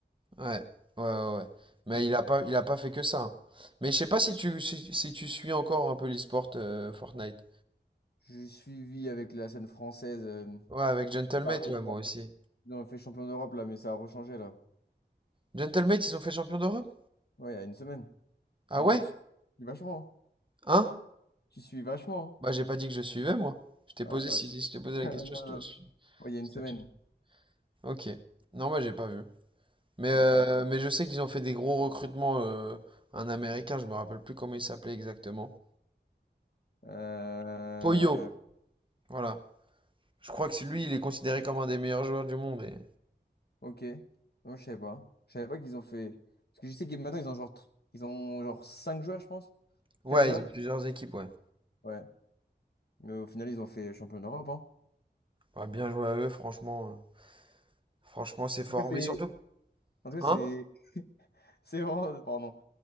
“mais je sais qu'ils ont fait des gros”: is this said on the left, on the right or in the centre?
Right